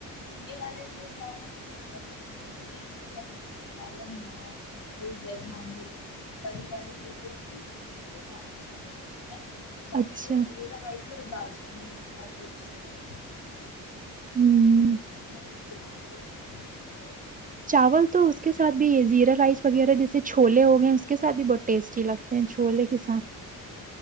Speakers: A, on the left; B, on the right.
A: یہ والے جو چاول ہیں نا والے یہ کبھی س سالن ہوا کوئی ویج نان ویج کری والی ڈش ہوتی ہے اس کے ساتھ اچھے لگتے ہیں باقی
B: اچھا
A: یہزیرا رس اور دال چان کے ساتھ ہی اچھے چلتے ہیں
B: ہوں
A: مسور بھی اچھھی بھی ہے کی دال
B: چاول تو اس کے ساتھ بھی یہ زیرا رائس وغیرہ جیسے چھولے ہو گئے ہیں اس کے ساتھ بھی بہت ٹیسٹی لگتے ہیں چھولے کے ساتھ